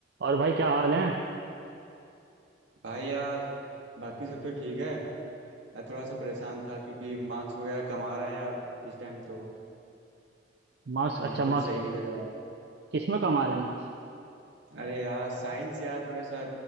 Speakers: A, on the right; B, on the right.
A: और भाई क्या हाल है
B: भाई यार बाकी सब तो ठीक है यार थोड़ा सा परेशान था क्योंकि मार्क्स वगैरह कम आ रहे हैं यार इस टाइम तो
A: मार्क्स
B: बिल्कुल
A: अच्छा मार्क्स
B: सही नहीं लग रहा है
A: किस में कम आ रहे मार्क्स
B: अरे यार साइंस यार थोड़ा सा